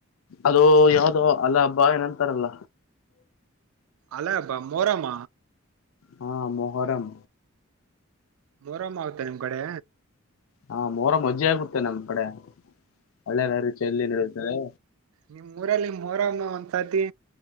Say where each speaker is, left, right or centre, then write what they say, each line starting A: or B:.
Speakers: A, on the left; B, on the right.
A: ಅದು ಯಾವ್ದೋ ಅಲ್ಲ ಭಾವಿನ ಅಂತಾರಲ್ಲ.
B: ಅಲಬಾ ಮೋರಾಮ.
A: ಹಾ ಮೊಹರಂ.
B: ಮೊಹರಂ ಆಗತಾ ನಿಮ್ ಕಡೆ.
A: ಹಾ ಮೊಹರಂ ಮಜ್ಜೆ ಆಗುತ್ತೆ ನಮ್ ಕಡೆ ಹಳ್ಳೆನ ರುಚಿಯಲ್ಲಿನರುತ್ತದೆ.
B: ನಿಮ್ಮ್ ಊರಲ್ಲಿ ಮೊಹರನ್ನು ಒಂದ್ಸತಿ